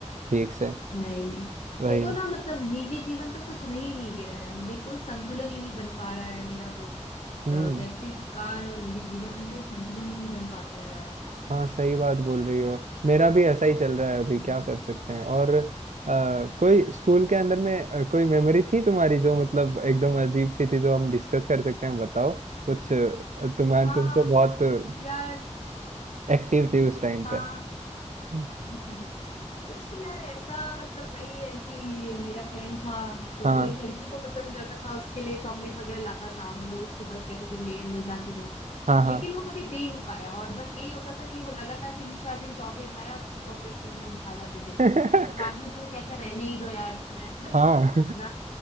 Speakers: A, on the right; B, on the left.
A: ठीक से
B: नहीं नहीं
A: वही
B: देखो ना मतलब निजी जीवन तो कुछ रह ही नहीं गया है बिल्कुल संतुलन ही नहीं बन पा रहा है मेरा तो
A: हम्म
B: अ, व्यक्तित्व कार और निजी जीवन में कोई संतुलन ही नहीं बन पाता है यार
A: हाँ सही बात बोल रही हो मेरा भी ऐसा ही चल रहा है अभी
B: हम्म।
A: क्या कर सकते हैं और अ, कोई स्कूल के अंदर में अ, कोई मेमोरी थी तुम्हारी जो मतलब एकदम अजीब सी थी जो हम डिस्कस कर सकते हैं बताओ कुछ अ, तुम्हारे
B: हाँ
A: तुम तो बहुत
B: यार
A: एक्टिव थी उस टाइम
B: हाँ
A: पे हम्म।
B: <laughs> कुछ नहीं यार ऐसा मतलब वही है कि मेरा फ्रेंड था तो
A: हाँ
B: वो एक लड़की को पसंद करता था उसके लिए चॉकलेट वगैरह लाता था हम लोग उसको बहुत कहते थे ले ले जाके दो
A: हाँ हाँ
B: लेकिन वो कभी दे नहीं पाया और बस यही होता था कि वो लगातार तीन चार दिन चॉकलेट लाया उसकी चॉकलेट छीन कर हम खा जाते थे
A: <laughs>
B: फिर पांचवें दिन वो कहता रहने ही दो यार मैं <laughs>
A: हाँ
B: ना